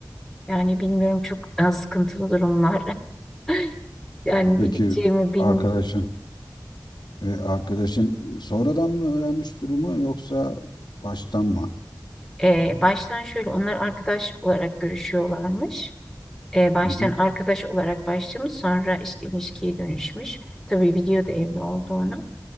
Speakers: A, in the centre; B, on the left.
A: Yani bilmiyorum çok e, sıkıntılı durumlar. <laughs> Yani
B: peki
A: ne diyeceğimi bilmiyorum.
B: arkadaşın e, arkadaşın sonradan mı öğrenmiş durumu yoksa baştan mı?
A: E, baştan şöyle onlar arkadaş olarak görüşüyorlarmış. E, baştan
B: Hı hı.
A: arkadaş olarak başlamış sonra işte ilişkiye dönüşmüş. Tabii biliyordu evli olduğunu.